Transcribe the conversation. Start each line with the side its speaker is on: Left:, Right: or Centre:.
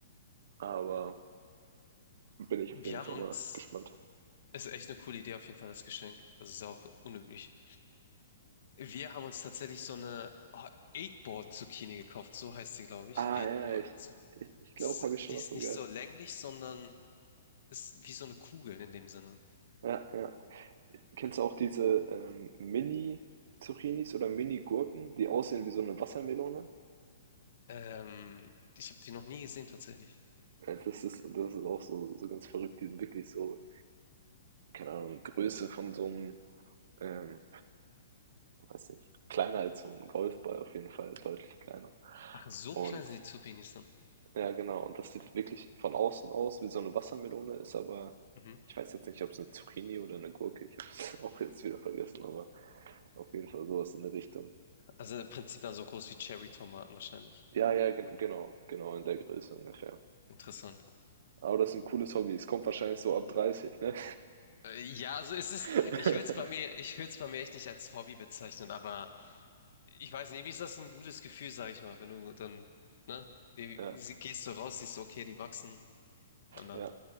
Right: aber bin ich auf
Left: Wir
Right: jeden
Left: haben
Right: Fall
Left: uns,
Right: mal gespannt.
Left: es ist echt eine coole Idee auf jeden Fall, das Geschenk. Das ist auch unüblich. Wir haben uns tatsächlich so eine oh, 8-Ball-Zucchini gekauft, so heißt sie, glaube ich.
Right: Ah,
Left: 8-Ball-Zucchini.
Right: ja, ja, ich ich ich glaube, habe ich schon
Left: Die ist
Right: mal von
Left: nicht
Right: gehört.
Left: so länglich, sondern ist wie so eine Kugel in dem Sinne.
Right: Ja, ja. Kennst du auch diese, ähm, Mini-Zucchinis oder Mini-Gurken, die aussehen wie so eine Wassermelone?
Left: Ähm, ich habe die noch nie gesehen tatsächlich.
Right: Ja, Das ist, das ist auch so, so ganz verrückt, die sind wirklich so, keine Ahnung, Größe von so einem, ähm, weiß nicht, kleiner als so ein Golfball auf jeden Fall, deutlich kleiner.
Left: Ach, so
Right: Und
Left: klein sind die Zucchinis dann.
Right: ja, genau, und das sieht wirklich von außen aus wie so eine Wassermelone, ist aber,
Left: Mhm.
Right: ich weiß jetzt nicht, ob es eine Zucchini oder eine Gurke, ich habe es <laughs> auch jetzt wieder vergessen, aber auf jeden Fall sowas in der Richtung.
Left: Also im Prinzip dann so groß wie Cherry-Tomaten wahrscheinlich.
Right: Ja, ja, gen genau, genau, in der Größe ungefähr.
Left: Interessant.
Right: Aber das ist ein cooles Hobby, es kommt wahrscheinlich so ab 30, ne?
Left: Äh, ja, also es ist,
Right: <laughs>
Left: ich würde es bei mir, ich würde es bei mir echt nicht als Hobby bezeichnen, aber ich weiß nicht, wie ist das ein gutes Gefühl, sag ich mal, wenn du dann, ne, gehst
Right: Ja,
Left: du raus, siehst, okay, die wachsen. Und dann,
Right: ja.